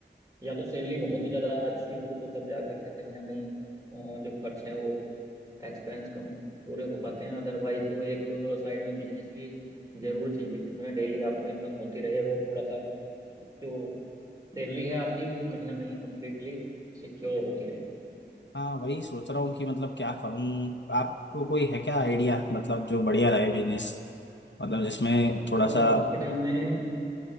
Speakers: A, on the right; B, on the left.
A: या तो सैलरी बहुत ही ज़्यादा अच्छी हो तो तब जा करके कहीं ना कहीं अ, जो खर्च है वो एक्सपेंस कम पूरे हो पाते हैं अदरवाइज तो एक साइड में बिजनेस भी जरूर चाहिए जिसमें डेली आपको इनकम होती रहे और थोड़ा सा जो सैलरी है आपकी वो कहीं ना कहीं कंप्लीटली सिक्योर होती रहे
B: हाँ वही सोच रहा हूँ कि मतलब क्या करूँ आपको कोई है क्या आइडिया मतलब जो बढ़िया रहे बिजनेस मतलब जिसमें थोड़ा
A: सर
B: सा
A: आज के टाइम में